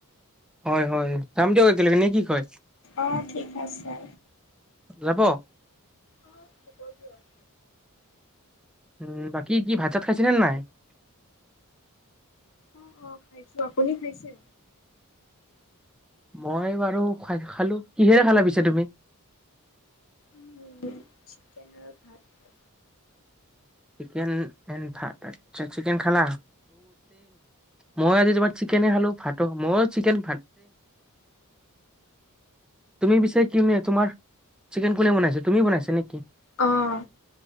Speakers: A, in the centre; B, on the left (about 65°).
A: হয় - হয়। যাম দিয়ক একেলগে নে কি কয়?
B: অ' ঠিক আছে।
A: যাব?
B: অ' হব দিয়ক।
A: উম, বাকী কি ভাত-চাত খাইছিলেন নাই?
B: অ' - অ' খাইছোঁ। আপুনি খাইছে?
A: মই বাৰু খাই- খালোঁ। কিহেৰে খালা পিছে তুমি?
B: উম চিকন আৰু ভাত
A: চিকেন আ ভা চিকেন খালা মই আজি তোমাৰ চিকেনে খালো মই চিকেন তুমি পিছে কি ন তোমাৰ চিকেন কোনে বনাইছে তুমি বনাইছ নেকি?
B: আহ